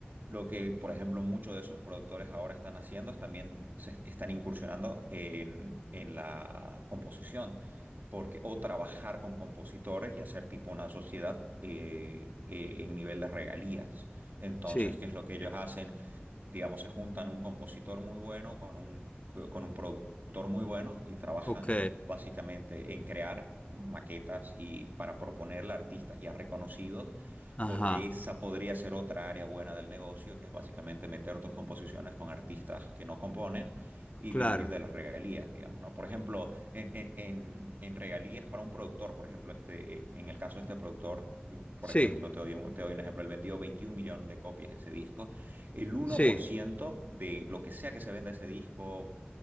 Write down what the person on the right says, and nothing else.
Lo que, por ejemplo, muchos de esos productores ahora están haciendo es también se están incursionando en, en la composición, porque, o trabajar con compositores y hacer tipo una sociedad eh, eh, en nivel de regalías. Entonces,
¿qué es lo que ellos hacen? Digamos, se juntan un compositor muy bueno con un, con un productor muy bueno y trabajan
básicamente en crear maquetas y para proponerle a artistas ya reconocidos
porque esa podría ser otra área buena del negocio, que es básicamente meter tus composiciones con artistas que no componen y
vivir de las regalías, digamos, ¿no? Por ejemplo, en, en- en- en regalías para un productor, por ejemplo, este, eh, en el caso de este productor, por
ejemplo, te doy un, te doy un ejemplo, él vendió 21 millones de copias de ese disco, el uno
por ciento de lo que sea que se venda ese disco...